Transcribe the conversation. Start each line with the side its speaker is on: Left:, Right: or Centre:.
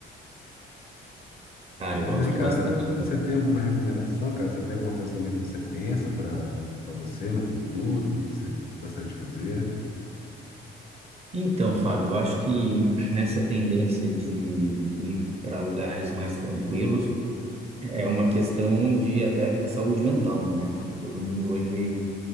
Right: Cara,
Left: Mas
Right: eu gosto
Left: aí, cara,
Right: bastante.
Left: você
Right: do-
Left: tem alguma recomendação, cara? Você tem alguma coisa também que você pensa para para você no futuro? O que que você gostaria de fazer?
Right: Então, Fábio, eu acho que nessa tendência de ir para lugares mais tranquilos é uma questão de até saúde mental, né? Tá todo mundo hoje